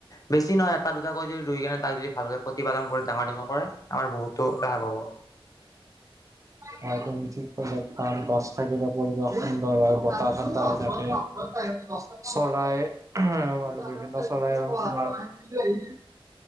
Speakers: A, on the left; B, on the right.
A: বেছি নহয় এটা-দুটাকৈ যদি ৰুই কেনে তাক যদি ভালকৈ প্ৰতিপালন কৰি ডাঙৰ দীঘল কৰে আমাৰ বহুতো লাভ হ'ব।
B: হয় তুমি ঠিক কৈছা, কাৰণ গছ থাকিলে পৰিৱেশ সুন্দৰ হয় বতাহ ঠাণ্ডা হৈ থাকে। চৰায়ে উহ, উম বিভিন্ন চৰায়ে <unintelligible>